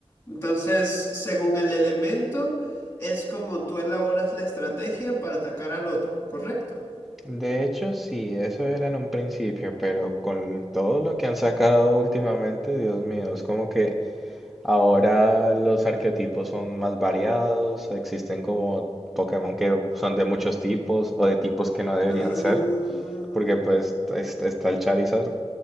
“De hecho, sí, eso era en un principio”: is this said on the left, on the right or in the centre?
Centre